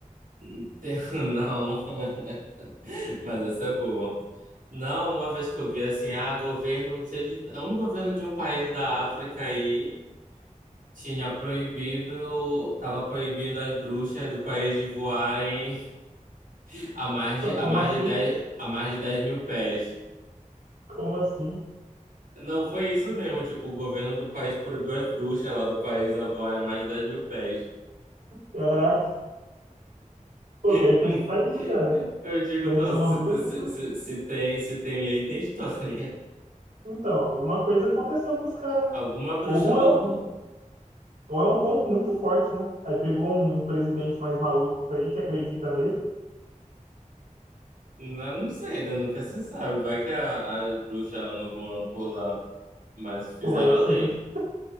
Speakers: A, on the right (about 85°); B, on the right (about 75°).
A: <laughs> tem- Não, <laughs> mas essa é boa. Não, uma vez que eu vi assim, ah, governo, não sei de. é Um governo de um país da África aí tinha proibido, tava proibindo as bruxas do país de voarem <laughs> a mais de,
B: <laughs>
A: a
B: Como
A: mais
B: assim?
A: de dez a mais de 10 mil pés.
B: Como assim?
A: Não, foi isso mesmo, tipo, o governo do país proibiu as bruxas lá do país a voarem a mais de dez mil pés.
B: Caraca. Pô,
A: <laughs>
B: quero ir pra esse país, né, cara.
A: Eu digo,
B: Conhecer
A: não,
B: uma
A: se,
B: bruxa,
A: se,
B: isso-
A: se, se tem, se tem lei, tem história.
B: então, alguma coisa aconteceu pros caras.
A: Alguma bruxa
B: Ou
A: novo.
B: é um, ou é um combo muito forte, né? Aí pegou um um presidente mais maluco aí que acredita mesmo.
A: Não, não sei, né? Nunca se sabe. Vai que a- as bruxas andam voando por lá. Mas fizeram
B: Pô, mas ia
A: a
B: ser
A: lei.
B: muito, ia